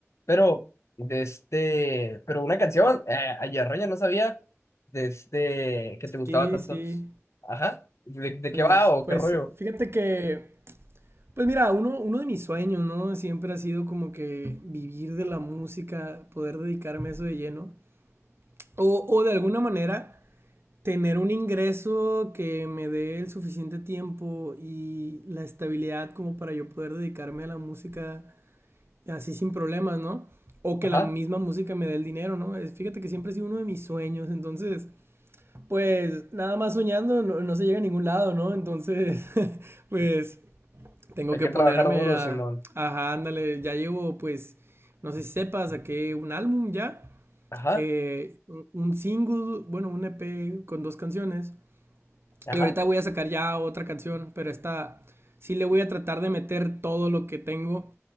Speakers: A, on the left; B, on the right.
A: Pero, de este, pero una canción, eh, ayer Roña no sabía de este, que te gustaba
B: Sí,
A: tanto.
B: sí.
A: Ajá, ¿de, de
B: Pues,
A: qué va o
B: pues,
A: qué rollo?
B: fíjate que, pues mira, uno, uno de mis sueños, ¿no? Siempre ha sido como que vivir de la música, poder dedicarme a eso de lleno. O, o de alguna manera tener un ingreso que me dé el suficiente tiempo y la estabilidad como para yo poder dedicarme a la música así sin problemas, ¿no? O que
A: Ajá,
B: la misma música me dé el dinero, ¿no? Fíjate que siempre ha sido uno de mis sueños, entonces, pues nada más soñando no, no se llega a ningún lado, ¿no? Entonces, <laughs> pues tengo
A: hay
B: que
A: que
B: ponerme
A: trabajar duro,
B: a...
A: Simón.
B: Ajá, ándale, ya llevo pues, no sé si sepas, saqué un álbum ya,
A: Ajá,
B: eh, un un single, bueno, un EP con dos canciones
A: ajá,
B: y ahorita voy a sacar ya otra canción, pero esta sí le voy a tratar de meter todo lo que tengo,